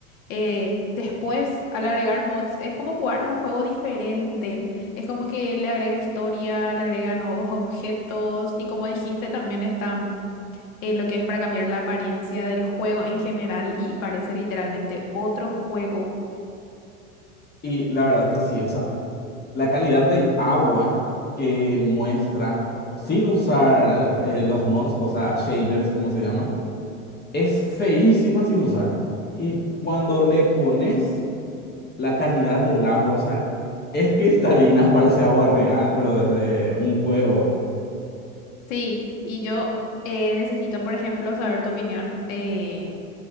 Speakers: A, on the left; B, on the left.
A: eh, después, al agregar mods, es como jugar un juego diferente. Es como que le agrega historia, le agrega nuevos objetos y como dijiste, también están eh, lo que es para cambiar la apariencia del juego en general y parece literalmente otro juego.
B: Y la verdad que sí, o sea, la calidad del agua que muestra, sin usar eh, los mods, o sea, shaders, como se llama Es feísima sin usar. Y cuando le pones la calidad del agua, o sea, es cristalina, <laughs> parece agua real, pero desde un juego.
A: Sí, y yo eh, necesito, por ejemplo, saber tu opinión eh,